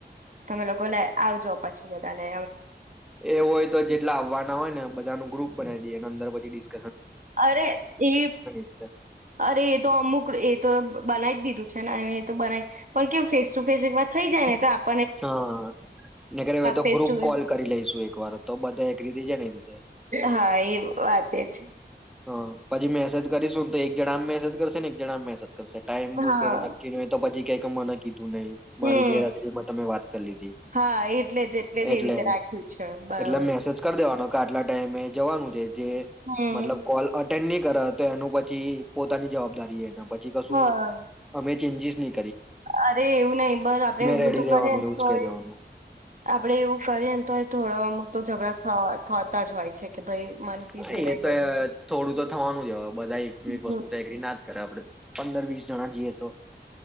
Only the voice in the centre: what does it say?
એ હોય તો જેટલા આવવાના હોય ને બધા નું ગ્રુપ બનાવી અંદર પછી ડીશ
રીતે
હા <unintelligible> તો
group
call કરી લઈશું એક વાર તો બધા એગ્રી થઈ જાય ને એ રીતે
હ પછી મેસેજ કરીશું તો એક જણા આમ મેસેજ કરશે ને એક જણા આમ મેસેજ ટાઈમ કોઈ
કોઈને નક્કી ન હોય તો પછી કે <unintelligible> મારી
ગેરહાજરીમાં તમે વાત કરી લીધી
એટલે
એટલે મેસેજ કરી દેવાનો આટલા ટાઈમે જવાનું છે જે
મતલબ અલ અટેન્ડ ની કર તો એનું પછી પોતાની જવાબદારી એ પછી કશું
અમે ચેન્જીસ ની
રેડી
રહેવાનું
એવું જ
કહી દેવાનું.
નય
એ તો
થોડું તો થવાનું જ અવા બધા <unintelligible> વસ્તુ
તો એગ્રી ના જ કરે આપડે પંદર વીસ જણા જીએ તો